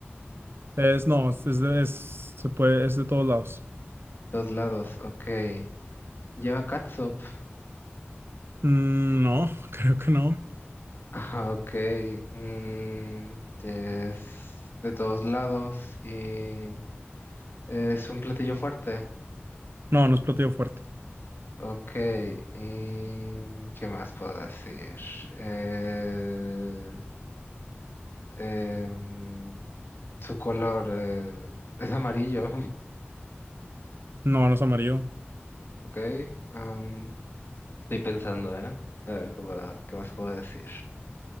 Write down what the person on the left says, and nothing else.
Dos lados, ok. Lleva catsup. <laughs>
Ah, ok. mm, es de todos lados y es un platillo fuerte.
Ok, ¿y qué más puedo decir? Eh, em, su color eh, es amarillo,
<laughs> ok. am, estoy pensando, ¿eh? A ver qué puedo- qué más puedo decir.